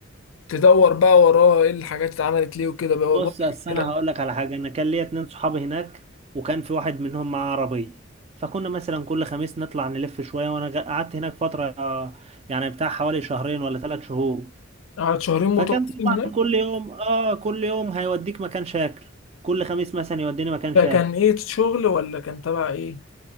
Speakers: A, on the left; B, on the right.
A: تدور بقى وراه ايه الحاجات اللي اتعملت ليه وكده بقى
B: بص
A: واضح
B: اصل
A: الكلام
B: انا هقول لك على حاجه انا كان ليا اتنين صحابي هناك وكان في واحد منهم معاه عربيه فكنا مثلا كل خميس نطلع نلف شويه وانا غ- قعدت هناك فتره آه، يعني بتاع حوالي شهرين ولا ثلاث شهور
A: قعدت شهرين متواصلين
B: فكان طبعا
A: هناك
B: كل يوم اه كل يوم هيوديك مكان شاكل كل خميس مثلا يوديني مكان
A: فكان
B: شاكل
A: ايه شغل ولا كان تبع ايه